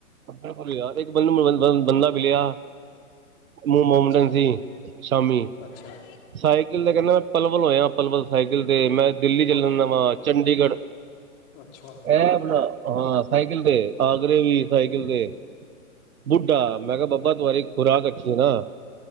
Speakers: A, on the right; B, on the left.
A: <unintelligible> ਬੰਦਾ ਮਿਲਿਆ ਮਮ ਮੋਮਡਨ
B: ਅੱਛਾ
A: ਸੀ ਸ਼ਾਮੀ
B: ਅੱਛਾ
A: ਸਾਈਕਲ ਦੇ ਕਹਨਾ ਪਲਵਲ ਹੋਇਆ ਪਲਵਲ ਸਾਈਕਲ ਤੇ ਮੈਂ ਦਿੱਲੀ ਚੱਲਣ
B: ਪਲ ਪਲ
A: ਨਵਾਂ ਚੰਡੀਗੜ੍ਹ
B: ਅੱਛਾ
A: ਇਹ ਆਪਣਾ ਹਾਂ ਸਾਈਕਲ ਤੇ ਆਗਰੇ ਵੀ ਸਾਈਕਲ
B: ਹੂੰ
A: ਤੇ ਬੁੱਢਾ ਮੈਂ ਕਿਹਾ ਬਾਬਾ ਬੱਸ ਓਹੀ ਖੁਰਾਕ ਅੱਛੀ ਹੈ ਨਾ